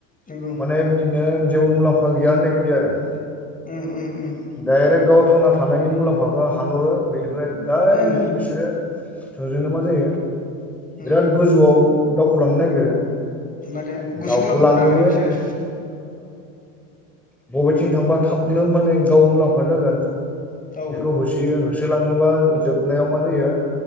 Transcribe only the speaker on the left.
नंगौ
<unintelligible>
उम
उम
माने गुसुं
लामाखौ नागिरो बिसोरो
औ